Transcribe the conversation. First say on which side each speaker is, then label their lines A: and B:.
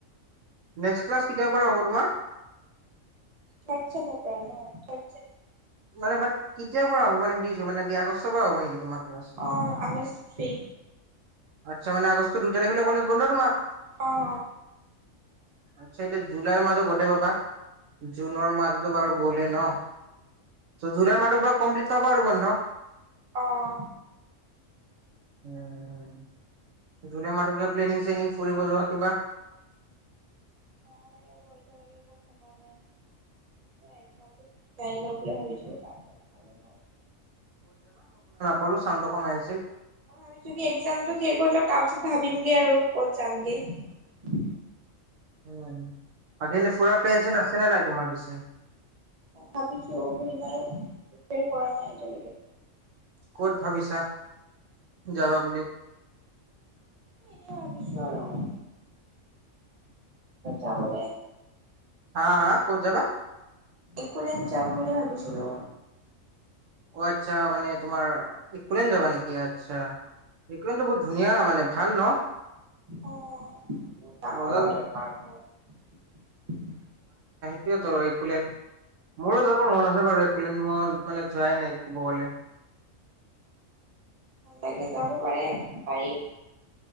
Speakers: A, on the right; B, on the right.
A: নেক্স ক্লাছ কেতিয়াৰ পৰা হ'ব তোমাৰ?
B: থাৰ চেমৰ পৰা ন?
A: মানে বাট পৰা হব মানে সুধিছো মানে কি আগষ্টৰ পৰা হ' নেকি তোমাৰ, ক্লাছ
B: অ আগষ্ট থ্ৰী
A: আচ্ছা মানে আগষ্ট দু তাৰিখলে বন্ধ তোমাৰ।
B: অঁ অ
A: আচ্ছা এতিয়া জুলাইৰ মাহহো গোটেই পাবা জুনৰ মাহতো বাৰু গলে ন জুুলাই মাহ তো পোৰা কমপ্লিট হব আৰু বন্ধ।
B: আহ।
A: উম ধলে মাতকে প্লেনিং চেনিং ফুৰিব যোৱা কিবা।
B: নাই একো এতিয়ালৈকে একো কমা নাই একদম চাইল বুলি ভাবিছোঁ ত ভে ন <unintelligible>
A: বলো ছাউন্ড তো কমাই আছে
B: ভাবিছো কি একজামটো শেষ হৈ লওক তাৰ পিছত ভাবিমগে আৰু। ক'ত যামগে।
A: উম বাকী ইনে ফুৰা প্লেন চেন আছে নে নাই তোমাৰ পিছে?
B: ভাবিছোবোৰ ইমানে কৰা নাই এতিয়ালৈকে।
A: ক'ত ভাবিছা যাবা বুলি
B: এনে ভাবিছো আৰু যাবলৈ।
A: হা হা ক'ত যাবা
B: একলেন যাম বুলি ভাবিছিলো
A: অ আচ্ছা মানে তোমাৰ ইকুলেন যাবা নেকি আচ্ছা ইকুলনটো বহুত ধুনীয়া মানে ভাল ন
B: আহ বহুত ডাঙৰ
A: মজা
B: ৱাটাৰ
A: লাগে
B: পাৰ্ক হয়
A: খুলেন <unintelligible> মোৰো যাব মন আছে বাৰু মই মানে যোৱাই নাই ক'ব গ'লে
B: ভাল লাগে যাব পাৰে পাৰী